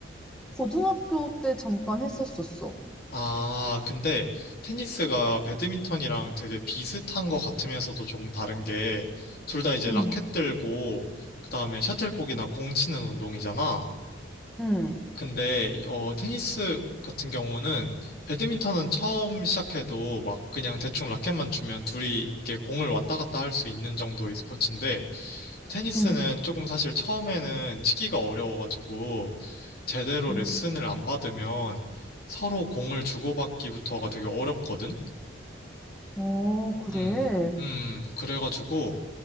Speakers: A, in the centre; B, on the left.
A: 고등학교 때 잠깐 했었었어.
B: 아, 근데 테니스가 배드민턴이랑 되게 비슷한 것 같으면서도 조금 다른 게, 둘 다 이제
A: 응,
B: 라켓 들고, 그 다음에 셔틀콕이나 공 치는 운동이잖아.
A: 응,
B: 근데, 어, 테니스 같은 경우는, 배드민턴은 처음 시작해도 막 그냥 대충 라켓만 주면 둘이 이게 공을 왔다 갔다 할 수 있는 정도의 스포츠인데, 테니스는
A: 응.
B: 조금 사실 처음에는 치기가 어려워가지고 제대로
A: 음.
B: 레슨을 안 받으면 서로 공을 주고받기부터가 되게 어렵거든?
A: 어, 그래.
B: 음, 음, 그래가지고,